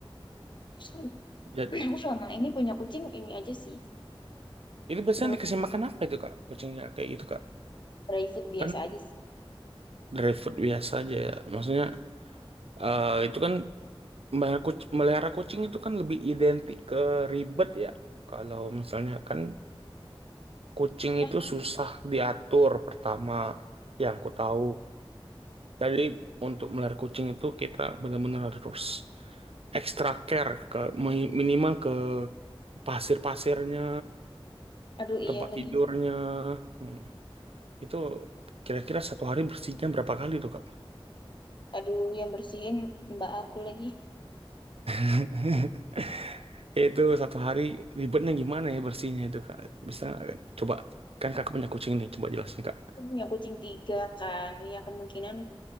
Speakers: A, on the left; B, on the right.
A: Terus <clears throat>
B: Ya,
A: Aku selama ini punya kucing ini aja sih.
B: itu biasanya
A: Menurut
B: dikasih
A: aku
B: makan apa itu Kak? Kucingnya kayak gitu Kak.
A: Private biasa
B: Kan
A: aja sih.
B: Dry food biasa aja ya. Maksudnya eh, itu kan melihara kuc- melihara kucing, itu kan lebih identik ke ribet ya. Kalau misalnya kan kucing
A: Ah,
B: itu susah diatur pertama yang ku tahu. Jadi untuk melihara kucing itu kita benar-benar harus extra care ke mi- minimal ke pasir-pasirnya,
A: aduh iya
B: tempat
A: lagi.
B: tidurnya. Hmm, Itu kira-kira satu hari bersihnya berapa kali tuh Kak?
A: Aduh yang bersihin mbak aku lagi
B: <laughs> Ya, itu satu hari ribetnya gimana ya bersihnya itu kak bisa nggak, Kak? coba kan kakak punya kucing nih coba jelasin kak
A: aku punya kucing tiga kan ya kemungkinan